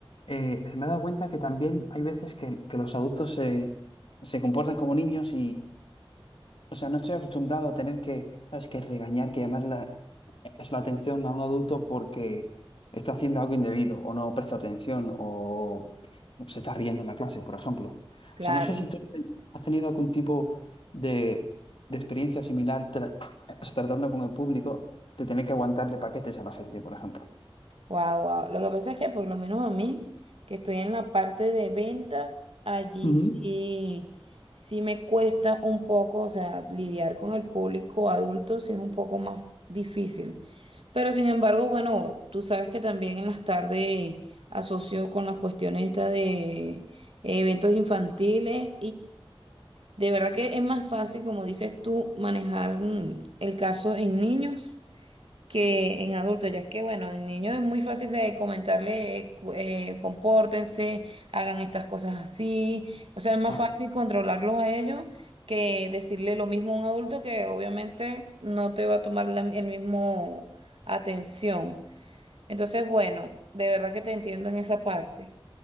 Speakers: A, on the left; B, on the right.
A: eh, me he dado cuenta que también hay veces que, que los adultos se, se comportan como niños o sea, no estoy acostumbrado a tener que, ¿sabes? Que regañar, que llamar la, es la atención a un adulto porque está haciendo algo indebido o no presta atención o se está riendo en la clase, por ejemplo.
B: Claro,
A: O sea, no sé si tú has tenido algún tipo de, de experiencia similar tra- tratando con el público de tener que aguantarle paquetes a la gente, por ejemplo.
B: wow, wow. Lo que pasa es que por lo menos a mí, que estoy en la parte de ventas, allí
A: Ujú.
B: sí, sí me cuesta un poco, o sea, lidiar con el público adulto sí es un poco más difícil. Pero sin embargo, bueno, tú sabes que también en las tardes asocio con las cuestiones estas de eventos infantiles De verdad que es más fácil, como dices tú, manejar mm, el caso en niños que en adultos. Ya es que, bueno, en niños es muy fácil de comentarle, eh, cu- eh, compórtense, hagan estas cosas así. O sea, es más
A: Vale.
B: fácil controlarlos a ellos que decirle lo mismo a un adulto que obviamente no te va a tomar la- el mismo atención. Entonces, bueno, de verdad que te entiendo en esa parte.